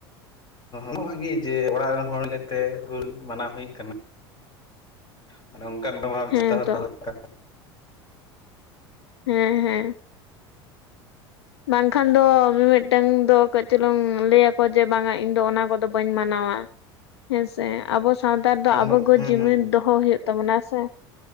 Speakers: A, on the left; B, on the left.
A: ᱱᱚᱣᱟᱜᱤ ᱡᱮ ᱚᱲᱟᱜ ᱨᱮᱱ ᱦᱚᱲ ᱞᱮᱛᱮ ᱦᱩᱞ ᱢᱟᱱᱟᱣ ᱦᱩᱭ ᱟᱠᱟᱱᱟ᱾ ᱢᱟᱱᱮ ᱚᱱᱠᱟᱱ ᱢᱟᱱᱵᱷᱟᱵ
B: ᱦᱮᱸ
A: ᱡᱚᱛᱚ ᱦᱚᱲ
B: ᱛᱚ
A: ᱫᱚᱦᱚ ᱫᱚᱨᱠᱟᱨ <inaudible>
B: ᱦᱮᱸ ᱦᱮᱸ᱾ ᱵᱟᱝᱠᱷᱟᱱ ᱫᱚ ᱢᱤᱢᱤᱫᱴᱟᱝ ᱫᱚ ᱠᱟᱹᱡ ᱪᱩᱞᱩᱝ ᱞᱟᱹᱭᱟᱠᱚ ᱡᱮ ᱵᱟᱝᱟ ᱤᱧ ᱫᱚ ᱚᱱᱟ ᱠᱚᱫᱚ ᱵᱟᱹᱧ ᱢᱟᱱᱟᱣᱟ᱾ ᱦᱮᱸᱥᱮ ᱟᱵᱚ ᱥᱟᱶᱛᱟᱨ ᱫᱚ ᱟᱵᱚ
A: ᱵᱟᱝ
B: ᱜᱮ
A: ᱦᱩᱸ
B: ᱡᱩᱢᱤᱫ
A: ᱦᱩᱸ
B: ᱫᱚᱦᱚ ᱦᱩᱭᱩᱜ᱾ ᱛᱟᱵᱚᱱᱟ ᱥᱮ